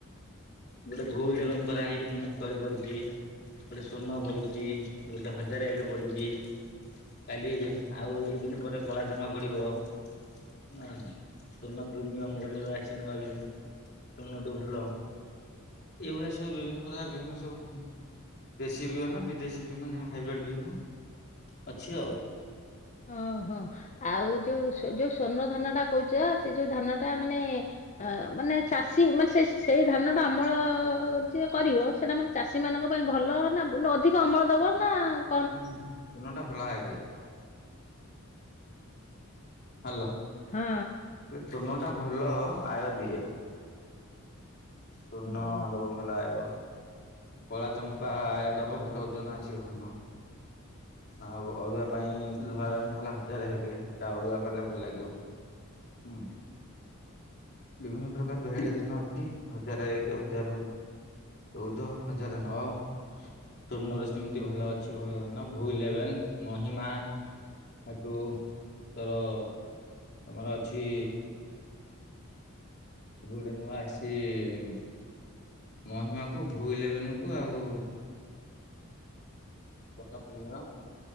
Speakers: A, on the left (about 50°); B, on the left (about 35°).
A: ଗୋଟେ ଭୁଲ ମାନେ କରାହଇ କରିପଡଛି। ଗୋଟେ ଶୂନ ବଢିଛି ଗୋଟେ ହଜାର ଏକ୍ ବଢିଛି। କାଲି ଆଉ ଦୁଇ ଦିନ ପରେ କଳା ଜମା ପଡ଼ିବ। ନା ସୁ ପ୍ରିମିୟମ ଗୋଟେ ବି ଆସି ନୂଆ ବି। ପୁରୁଣା ଠୁଭଲ ଏଇଭଳିଆ ସବୁ ବିଭିନ୍ନ ପ୍ରକାର ବିଭିନ୍ନ ସବୁ। ଦେଶୀ ବିହନ ବିଦେଶୀ ବି ମାନେ ହାଇବ୍ରିଡ ବିହନ ଅଛି ଆଉ।
B: ଓହୋ ଆଉ ଯୋଉ‍ଁ ଯୋଉଁ ସୂର୍ଣ୍ଣ ଧାନ ଟା କହୁଚ ସେ ଯୋଉଁ ଧାନ ଟା ମାନେ। ଅ ମାନେ ଚାଷୀ ମାନେ ସେ ସେଇ ଧାନ ଟା ଅମଳ ଯିଏ କରିବ ସେଇଟା ମାନେ। ଚାଷୀ ମାନଙ୍କ ପାଇଁ ଭଲ ନା ଅଧିକ ଅମଳ ଦବ ନାଁ।
A: ହୁଁ ଫଲ ଟା ଭଲ ଆୟ ଦିଏ। ହାଲୋ।
B: ହୁଁ।
A: ଏ ସୁନ ଟା ଭଲ ଆୟ ଦିଏ। ସର୍ଣ୍ଣ
B: ହଁ।
A: ଦବ ଭଲ ଆୟ, କଳା ଚମ୍ପା ଆୟ ଦବ ଭଲ ଓଜନ ଆସିବ ଧାନ। ଆଉ ଅରୁଆ ପାଇଁ ଧଳା ଟା ହେଲା ହଜାରେ ଏକେ ସେଟା ଅରୁଆ କଲେ ଭଲ ଲାଗିବ। ହୁଁ। ବିଭିନ୍ନ ପ୍ରକାର ଭେରାଇଟି ଧାନ ଅଛି, ହଜାର ଏକ ହଜାର ଚଉଦ। ହଜାର ନଅ ତୋନରେ ସେମିତି ଭଲ ଅଛି ଭଲ। ଭୁ ଇଲେଭେନ୍ ମହିମା। ଏଠୁ ତୋର ତମର ଅଛି। ଏବେ ଗୋଟେ ନୂଆ ଆସିଛି। ମହିମାକୁ ଭୁ ଇଲେଭେନ୍ କୁ ଆଉ। ସୋନ ପ୍ରିମିୟମ୍